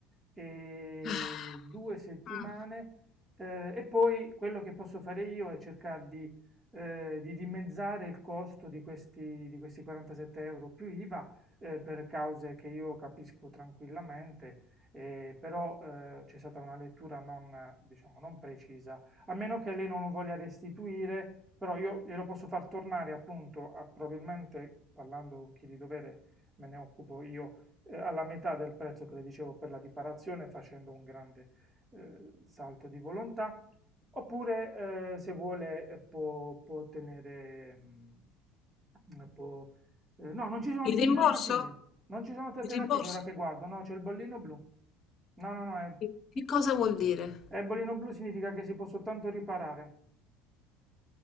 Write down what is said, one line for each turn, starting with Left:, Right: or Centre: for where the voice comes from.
Right: e
Left: Mh.
Right: due settimane... Eh, e poi quello che posso fare io è cercare di eh, di dimezzare il costo di questi, di questi 47 euro più IVA eh, per cause che io capisco tranquillamente, eh, però eh, c'è stata una lettura non, diciamo, non precisa, a meno che lei non lo voglia restituire, però io glielo posso far tornare appunto, a- probabilmente parlando con chi di dovere me ne occupo io, eh, alla metà del prezzo che le dicevo per la riparazione, facendo un grande eh, salto di volontà. Oppure, eh, se vuole, eh, può, può tenere... mm, eh, può- eh, no, non ci sono altre
Left: Il rimborso?
Right: alternative. Non ci sono altre alternative
Left: Il rimborso?
Right: ora che guardo. No, c'è il bollino blu. No, no, no, è,
Left: Che che cosa vuol dire?
Right: è il bollino blu significa che si può soltanto riparare.